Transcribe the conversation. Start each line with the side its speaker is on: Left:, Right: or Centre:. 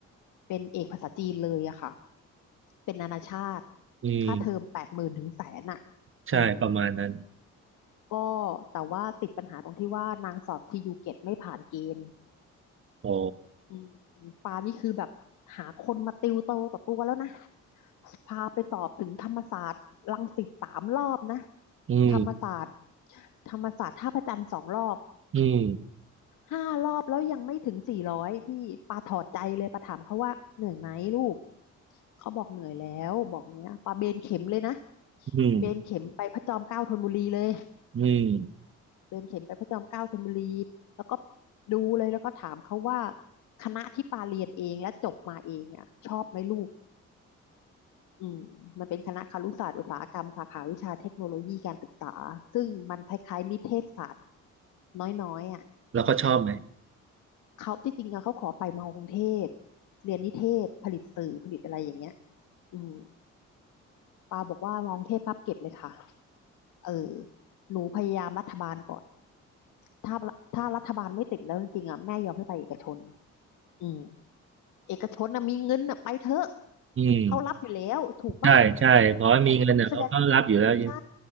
Left: เป็นเอกภาษาจีนเลยอะค่ะ เป็นนานาชาติ
Right: อืม
Left: ค่าเทอมแปดหมื่นถึงแสนอะ
Right: ใช่
Left: อืม
Right: ประมาณนั้น
Left: ก็แต่ว่าติดปัญหาตรงที่ว่านางสอบทียูเกตไม่ผ่านเกณฑ์
Right: อ๋อ
Left: อืมปานี่คือแบบหาคนมาติวเตอร์กับตัวแล้วนะพาไปสอบถึงธรรมศาสตร์รังสิตสามรอบนะ
Right: อืม
Left: ธรรมศาสตร์ธรรมศาสตร์ท่าพระจันทร์สองรอบ
Right: อืม
Left: ห้ารอบแล้วยังไม่ถึงสี่ร้อยพี่ปาถอดใจเลยปาถามเขาว่าเหนื่อยไหมลูกเขาบอกเหนื่อยแล้วบอกเนี้ยปาเบนเข็มเลยนะ
Right: อืม
Left: เบนเข็มไปพระจอมเกล้าธนบุรีเลย
Right: อืม
Left: เดินเข็นไปพระจอมเกล้าธนบุรีแล้วก็ดูเลยแล้วก็ถามเขาว่าคณะที่ปาเรียนเองและจบมาเองอ่ะชอบไหมลูกอืมมันเป็นคณะครุศาสตร์อุตสาหกรรมสาขาวิชาเทคโนโลยีการศึกษาซึ่งมันคล้ายๆนิเทศศาสตร์น้อยๆอ่ะ
Right: แล้วก็ชอบไหม
Left: เขาที่จริงอะเขาขอไปมอกรุงเทพเรียนนิเทศผลิตสื่อผลิตอะไรอย่างเงี้ยอืมปาบอกว่ามอกรุงเทพพับเก็บเลยค่ะเออหนูพยายามรัฐบาลก่อนถ้าถ้ารัฐบาลไม่ติดแล้วจริงๆอ่ะแม่ยอมให้ไปเอกชนอืม เอกชนนะมีเงินนะไปเถอะ
Right: อืม
Left: เขารับอยู่แล้วถูกปะ
Right: ใช่ใช่ขอให้มีเงินเนี่ยเขาก็รับอยู่แล้ว
Left: แต่คุณแสดงใช่